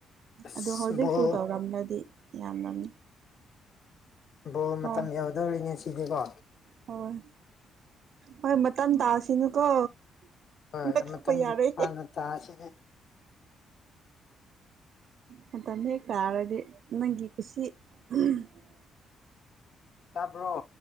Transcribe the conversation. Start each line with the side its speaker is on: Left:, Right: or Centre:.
Left: ꯑꯁ
Right: ꯑꯗꯣ ꯍꯧꯖꯤꯛꯁꯨ
Left: ꯕꯣꯜ
Right: ꯇꯧꯔꯝꯂꯗꯤ ꯌꯥꯝꯂꯝꯅꯤ
Left: ꯕꫭꯜ
Right: ꯍꯣꯏ
Left: ꯃꯇꯝ ꯌꯧꯗꯣꯔꯦꯅꯦ ꯁꯤꯗꯤꯀꯣ
Right: ꯍꯣꯏ ꯍꯣꯏ ꯃꯇꯝ ꯇꯥꯁꯤꯅꯨꯀꯣ
Left: ꯍꯣꯏ
Right: ꯄꯥꯏꯈꯠꯄ
Left: ꯃꯇꯝ
Right: ꯌꯥꯔꯣꯏ
Left: ꯍꯥꯟꯅ ꯇꯥꯁꯤꯅꯦ
Right: ꯃꯇꯝ ꯍꯦꯛ ꯇꯥꯔꯗꯤ ꯅꯪꯒꯤ ꯀꯨꯁꯤ <unintelligible>
Left: ꯇꯥꯕ꯭ꯔꯣ